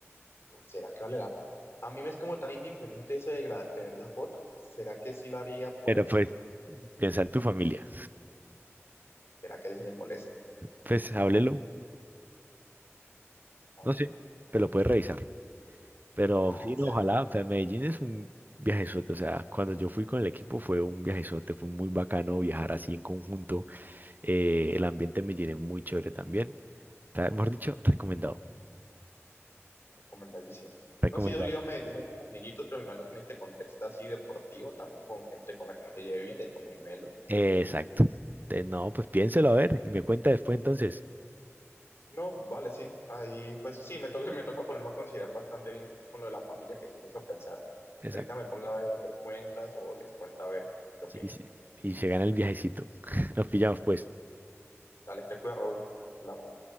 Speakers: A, on the left; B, on the right.
A: Uf, ¿será que vale la pena? A mí me es como tan indiferente eso de gra- tener la foto. ¿Será que sí lo haría por
B: Pero
A: eso?
B: pues, piensa en tu familia.
A: ¿Será que a ellos sí les molesta?
B: Pues háblelo,
A: Hable-
B: no sé, pero lo puedes revisar. Pero
A: Ah,
B: sí,
A: o
B: no,
A: sea,
B: ojalá,
A: que
B: o sea, Medellín es un viajezote, o sea, cuando yo fui con el equipo fue un viajezote, fue muy bacano viajar así en conjunto. eh, el ambiente en Medellín es muy chévere también. O sea, mejor dicho, recomendado.
A: recomendadísimo.
B: Recomendado.
A: No, sí, yo he salido a Medellín con amiguitos, pero me imagino que en este contexto así deportivo, también con gente con la que no se lleve bien, de ser muy melo.
B: exacto. Entonces, no, pues piénselo a ver y me cuenta después entonces.
A: No, vale, sí. Ahí, pues sí, me toca, <laughs> me toca ponerme a considerar bastante bien con lo de la familia que sí me hizo pensar.
B: Exacto.
A: Ahorita me pongo a ver, a hacer cuentas o les cuento a ver qué opina.
B: Sí, sí. Y se gana el viajecito. <laughs> Nos pillamos pues.
A: Dale, te cuida, Raúl. Hablamos.